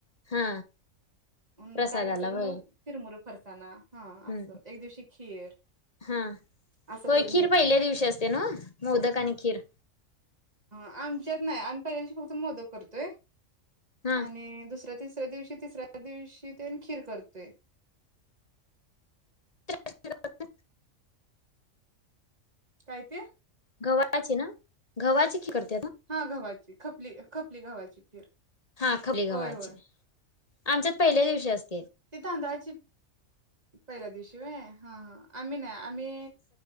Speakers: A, on the left; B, on the right.
A: हा
B: मग
A: प्रसादाला
B: काही नसल कि, मग
A: होय
B: चीरमुर- फरसाना, हा
A: हम्म
B: असं एक दिवशी खीर <unintelligible>
A: हा,
B: असं
A: होय
B: करून
A: खीर
B: नेतो.
A: पहिल्या दिवशी असते, नव मोदक आणि खीर-
B: ह आमच्यात नाही, आम्ही पहिल्यादिवशी फक्त मोदक करतोय-
A: हा
B: आणि दुसऱ्या- तिसऱ्या दिवशी, तिसऱ्या दिवशी तेन खीर करतोय-
A: ते <unintelligible>
B: काय ते?
A: गव्हाची ना? गव्हाची खीर करते-
B: हा गव्हाची, खपली, खपली गव्हाची खीर
A: हा खपली गव्हाची
B: होय, होय-
A: आमच्यात पहिल्या दिवशी असत.
B: ते तांदळाची पहिल्या दिवशी <unintelligible> हा, हा, आमी नाय आमी